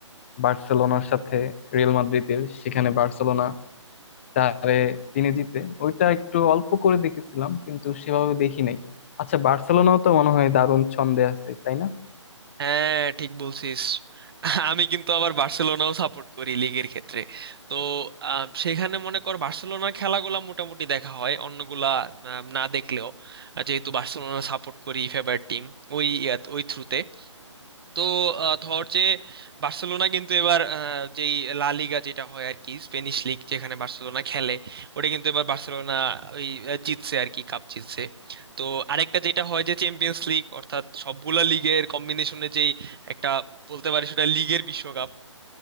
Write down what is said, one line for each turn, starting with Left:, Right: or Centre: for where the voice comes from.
Left: বার্সেলোনার সাথে রিয়াল মাদ্রিদের সেখানে বার্সেলোনা চারে তিনে জিতে ওইটা একটু অল্প করে দেখেছিলাম কিন্তু সেভাবে দেখি নাই আচ্ছা বার্সেলোনাও তো মনে হয় দারুণ ছন্দে আছে তাই না
Right: হ্যাঁ ঠিক বলছিস আমি কিন্তু আবার বার্সেলোনাও সাপোর্ট করি লিগের ক্ষেত্রে তো আহ, সেখানে মনে কর বার্সেলোনার খেলাগুলা মোটামুটি দেখা হয় অন্যগুলা আহ, না দেখলেও আহ, যেহেতু বার্সেলোনা সাপোর্ট করি ফেভারিট টিম ওই ইয়াত- ওই থ্রুতে তো আহ, ধর যে বার্সেলোনা কিন্তু এবার আহ, যেই লা লিগা যেটা হয় আর কি স্পেনিশ লিগ যেখানে বার্সেলোনা খেলে ওটা কিন্তু এবার বার্সেলোনা ওই আহ, জিতছে আর কি কাপ জিতছে তো আরেকটা যেটা হয় যে চ্যাম্পিয়ন্স লিগ অর্থাৎ সবগুলা লিগের কম্বিনেশনে যেই একটা বলতে পারি সেটা লিগের বিশ্বকাপ